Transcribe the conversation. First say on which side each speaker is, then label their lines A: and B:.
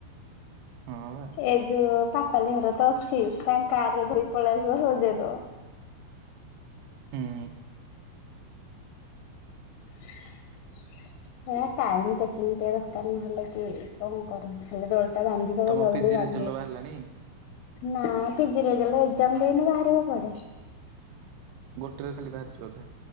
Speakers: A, on the right; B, on the left.
A: ହଁ ବା
B: ଏଵେ ପା ପାପାଲି ଘର ତ ଅଛି ତାଙ୍କ କାର୍ ଧରୀ ପଳେଇଆସି ଦେଇଦବା।
A: ହୁଁ
B: <inaudible> ହେ ଟାଇମ୍ ଟେକିଂ ଟିକେ ଦରକାର ନହେଲେ କି କଣ କରିବ ଖାଲି ଦ। ଟା ବାନ୍ଧିଦବ
A: ତମ
B: ଜଲଦି
A: ପିଜି
B: ବାନ୍ଧ।
A: ରେଜଲ୍ଟ ବାହାରିଲାଣି?
B: ନା ପିଜି ରେଜଲ ଏକଜାମ ଦେଇନି ବାହାରିବ କୋଆଡେ।
A: ଗୋଟେରେ ଖାଲି ବାହାରିଛି ବୋଧେ।